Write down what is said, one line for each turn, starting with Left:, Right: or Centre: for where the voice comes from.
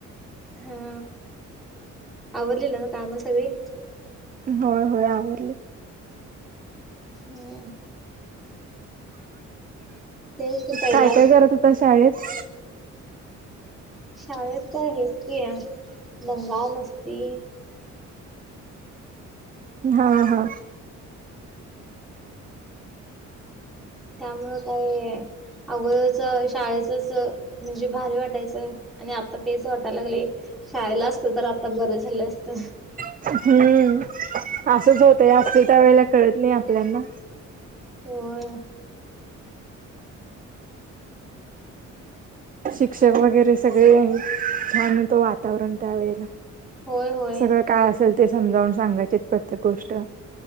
Centre: हा. आवरलीना काम सगळी?
Right: होय होय आवरले.
Centre: हम्म. तेच पहिला
Right: काय, काय करत होता शाळेत?
Centre: शाळेत काय हेच की दंगा, मस्ती.
Right: हा हा.
Centre: त्यामुळं काय अगोदरच शाळेच अ म्हणजे भारी वाटायचंय आणि आता तेच वाटायला लागलय. शाळेला असत तर आता बर झाल असत.
Right: हम्म, असंच होतय असतील त्या वेळेला कळत नाही आपल्याना.
Centre: होय.
Right: शिक्षक वगैरे सगळे छान होत वातावरण त्यावेेळेला.
Centre: होय, होय.
Right: सगळं काय असेल ते समजावून सांगायचेत प्रत्येक गोष्ट.